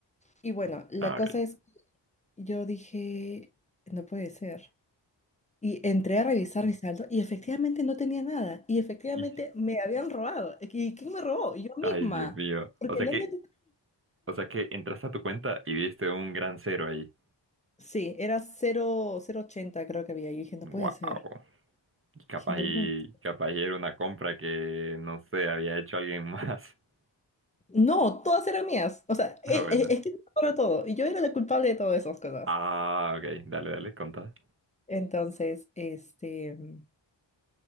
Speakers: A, on the left (about 15°); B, on the right (about 30°).
A: Y bueno, la
B: Ah,
A: cosa
B: ok.
A: es,
B: <laughs>
A: yo dije, no puede ser. Y entré a revisar mi saldo y efectivamente no tenía nada. Y efectivamente
B: Y-
A: me habían robado. eh, ¿Y quién me robó? Yo misma.
B: Ay, Dios mío.
A: Porque
B: O sea
A: no
B: que,
A: me...
B: o sea que entraste a tu cuenta y viste un gran cero ahí.
A: Sí, era cero cero ochenta creo que había. Yo dije, no
B: Wow.
A: puede ser.
B: Capaz
A: Dije, no
B: y,
A: puede ser".
B: capaz y era una compra que, no sé, había hecho alguien más. <laughs>
A: No, todas eran mías. O sea, e-
B: Ah, bueno.
A: e- es, que no me acuerdo todo. Y yo era la culpable de todas esas cosas.
B: Ah, ok. Dale, dale, contá.
A: Entonces, este... mm,